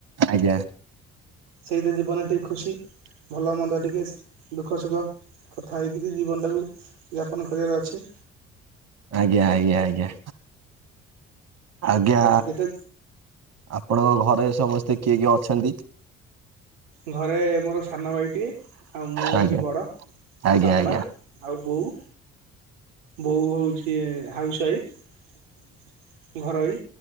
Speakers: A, on the right; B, on the right.
A: ଆଜ୍ଞା
B: ସେଇତ ଜୀବନରେ ଟିକେ ଖୁସି, ଭଲମନ୍ଦ ଟିକେ ଦୁଃଖ ସୁଖ। କଥା ହେଇକିରି ଜୀବନଟାକୁ ଯାପନ କରିବାର ଅଛି।
A: ଆଜ୍ଞା ଆଜ୍ଞା ଆଜ୍ଞା। ଆଜ୍ଞା
B: ଯେତେ
A: ଆପଣଙ୍କ ଘରେ ସମସ୍ତେ କିଏ କିଏ ଅଛନ୍ତି?
B: ଘରେ ମୋର ସାନ ଭାଇଟିଏ ଆଉ ମୁଁ ହଉଛି
A: ଆଜ୍ଞା
B: ବଡ଼
A: ଆଜ୍ଞା
B: ବାପା
A: ଆଜ୍ଞା।
B: ଆଉ ବୋଉ ବୋଉ ହଉଛି ହାଉସ ୱାଇଫ, ଘରୋଇ